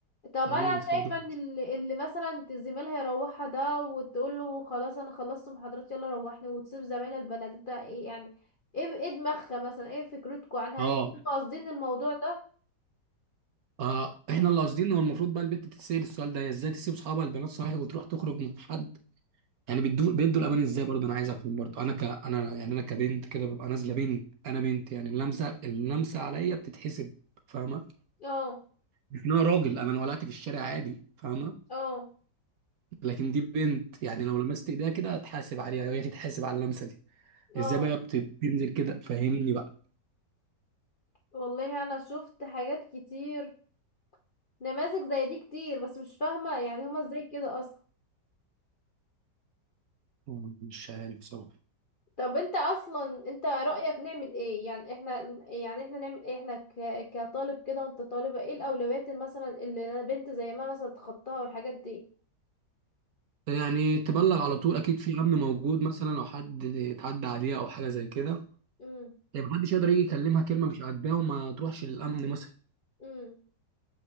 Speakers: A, on the left (about 45°); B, on the right (about 65°).
A: طب
B: خليني
A: انا
B: اتفضل
A: شايفة ان اللي, اللي مثلا زميلها يروحها ده وتقول له خلاص انا خلصت محاضرات يلا روحني وتسيب زمايلها البنات انت ايه يعني ايه ايه دماغها مثلا ايه فكرتكم عنها
B: اه
A: انتوا قاصدين الموضوع ده
B: آه احنا اللي قاصدين هو المفروض بقى البنت تتسأل السؤال ده هي ازاي تسيب اصحابها البنات صحيح وتروح تخرج مع حد يعني بيدوا بيدوا الامان ازاي برضه انا عايز افهم برضه انا ك انا يعني انا كبنت كده ببقى نازله بنت انا بنت يعني اللمسه اللمسه عليا بتتحسب فاهمه
A: اه
B: لكن انا راجل انا لو قلعت في الشارع عادي فاهمه
A: اه
B: لكن دي بنت يعني لو لمست ايديها كده هتحاسب عليها وهي تتحاسب على اللمسه دي
A: اه
B: ازاي بقى بت- بتنزل كده فهميني بقى
A: والله انا شفت حاجات كتير نماذج زي دي كتير بس مش فاهمة يعني هما ازاي كده اصلا
B: مم، مش عارف بصراحة
A: طب انت اصلا انت رأيك نعمل ايه يعني احنا يعني احنا نعمل ايه احنا ك... كطالب كده وانت طالبة ايه الاولويات مثلا اللي انا بنت زي ما مثلا تخطاها والحاجات دي
B: يعني تبلغ على طول اكيد في امن موجود مثلا لو حد اتعدى عليها او حاجه زي كده
A: امم
B: يعني محدش يقدر يجي يكلمها كلمه مش عاجباه وما تروحش للامن مثلا
A: امم